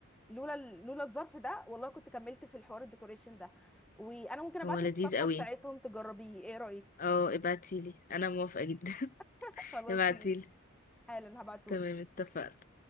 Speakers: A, in the centre; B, on the left.
A: لولا لولا الظرف ده والله كنت كملت في الحوار الديكوريشن ده وانا ممكن ابعت
B: هو لذيذ
A: لك الصفحه
B: قوي
A: بتاعتهم تجربيه ايه رايك
B: اه ابعتيلي انا موافقة جدا <laughs>
A: <laughs> خلاص
B: ابعتيلي
A: ماشي حالا هبعتهولك
B: تمام اتفقنا